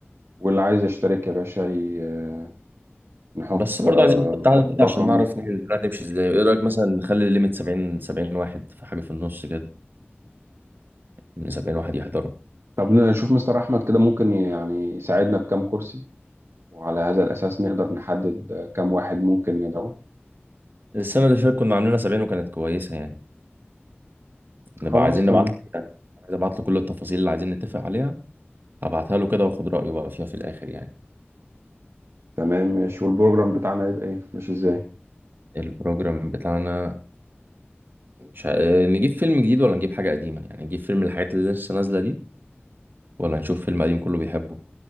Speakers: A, on the right (about 80°); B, on the right (about 50°).
A: واللي عايز يشترك يا باشا ي- نحط
B: بس برضه
A: آه،
B: عايزين نحط عدد كده
A: رقم
B: عشان نعرف ن- نمشي ازاي ايه رأيك مثلا نخلي الليميت 70 70 واحد في حاجة في النص كده ان 70 واحد يحضروا
A: طب نشوف مستر أحمد كده ممكن يعني يساعدنا بكام كرسي وعلى هذا الأساس نقدر نحدد آه، كام واحد ممكن ندعوه
B: السنة اللي فاتت كنا عاملينها 70 وكانت كويسة يعني
A: خلاص
B: نبقى عايزين
A: تمام
B: نبعت له عايز ابعت له كل التفاصيل اللي عايزين نتفق عليها هبعتها له كده واخد رأيه بقى فيها في الآخر يعني
A: تمام ماشي والبروجرام بتاعنا يبقى إيه ماشي إزاي
B: البروجرام بتاعنا مش ه... آه، نجيب فيلم جديد ولا نجيب حاجة قديمة يعني نجيب فيلم من الحاجات اللي لسه نازلة دي ولا نشوف فيلم قديم كله بيحبه